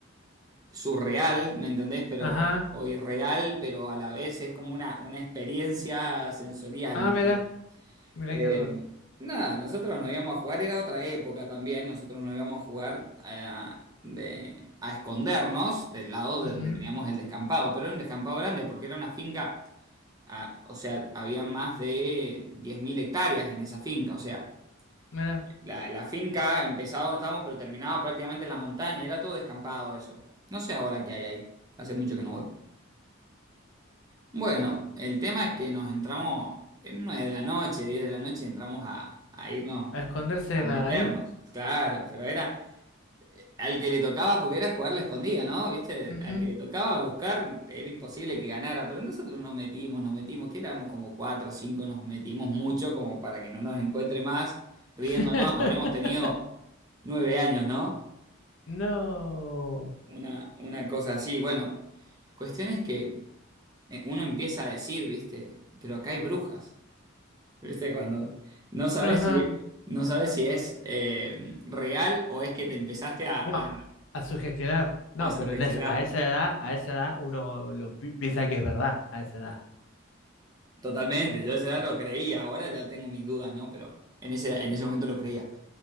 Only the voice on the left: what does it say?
ajá.
Ah,
mira. Mira
qué raro.
Ujú.
Mira.
A esconderse
en
ahí.
Ujú.
<laughs>
No.
Ajá.
No.
A sugestionar. No,
pero en es- a esa edad, a esa edad uno lo pi- piensa que es verdad, a esa edad.